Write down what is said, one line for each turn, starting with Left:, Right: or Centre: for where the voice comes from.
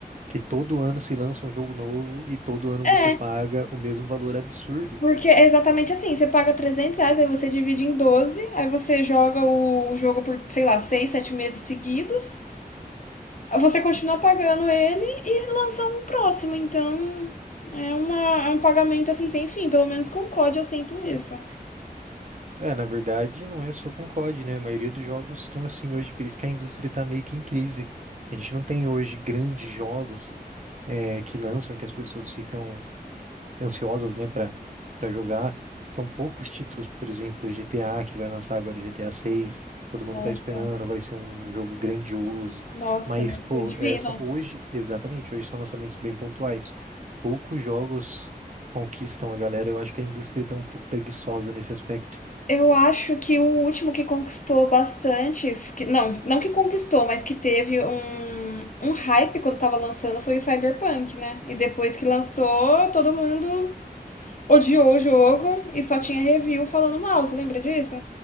Right: que todo ano se lança um jogo novo e todo ano
Left: É,
Right: você paga o mesmo valor absurdo.
Left: Porque é exatamente assim, você paga 300 reais, aí você divide em doze aí você joga o jogo por, sei lá, 6 7 meses seguidos, você continua pagando ele e lança um próximo, então é, uma, é um pagamento assim sem fim, pelo menos com o COD eu sinto isso.
Right: É, na verdade, não é só com COD, né? A maioria dos jogos estão assim hoje, por isso que a indústria tá meio que em crise. A gente não tem hoje grandes jogos é, que lançam, que as pessoas ficam ansiosas, né, para para jogar. São poucos títulos, por exemplo, GTA, que vai lançar agora o GTA 6. Todo mundo
Left: Nossa,
Right: tá esperando, vai ser um jogo grandioso.
Left: nossa,
Right: Mas,
Left: vai
Right: pô,
Left: ser divino.
Right: é, são hoje, exatamente, hoje são lançamentos bem pontuais. Poucos jogos conquistam a galera. Eu acho que a indústria tá um pouco preguiçosa nesse aspecto.
Left: Eu acho que o último que conquistou bastante, que- não, não que conquistou, mas que teve um, um hype quando tava lançando foi o Cyberpunk, né? E depois que lançou, todo mundo odiou o jogo e só tinha review falando mal, você lembra disso?